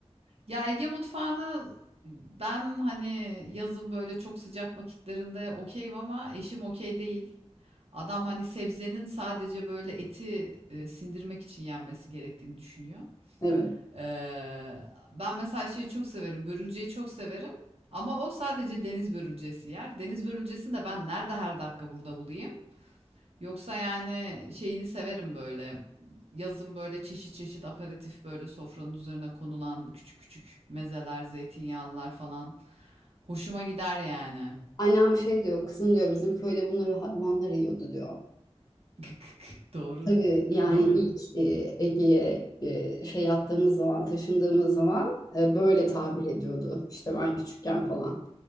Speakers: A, on the right; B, on the left.
A: Ya Ege mutfağını ben hani yazın böyle çok sıcak vakitlerinde okeyim ama eşim okey değil. Adam hani sebzenin sadece böyle eti e, sindirmek için yenmesi gerektiğini düşünüyor.
B: Evet.
A: Ee, ben mesela şeyi çok severim. Börülceyi çok severim. Ama o sadece deniz börülcesi yer. Deniz börülcesini de ben nerede her dakika burada bulayım? Yoksa yani şeyini severim böyle. Yazın böyle çeşit çeşit aperatif böyle sofranın üzerine konulan küçük küçük mezeler, zeytinyağlılar falan. Hoşuma gider yani.
B: Annem şey diyor, kızım diyor bizim köyde bunları hayvanlar yiyordu diyor.
A: <laughs> Doğru.
B: Tabii yani
A: Doğru.
B: ilk e, Ege'ye e, şey yaptığımız zaman, taşındığımız zaman e, böyle tabir ediyordu. İşte ben küçükken falan.